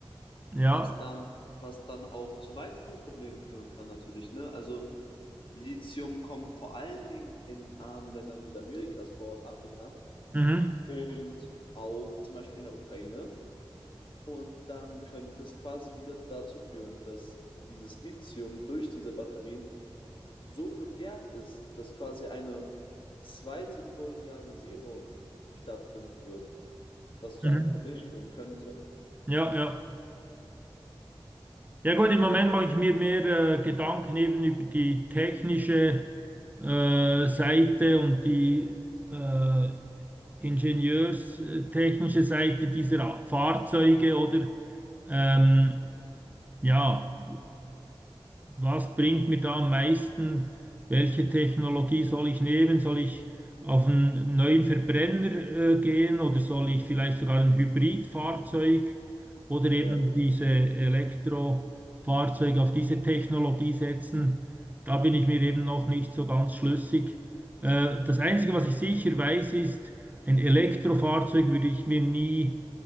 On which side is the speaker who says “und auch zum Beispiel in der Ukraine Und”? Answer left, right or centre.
Left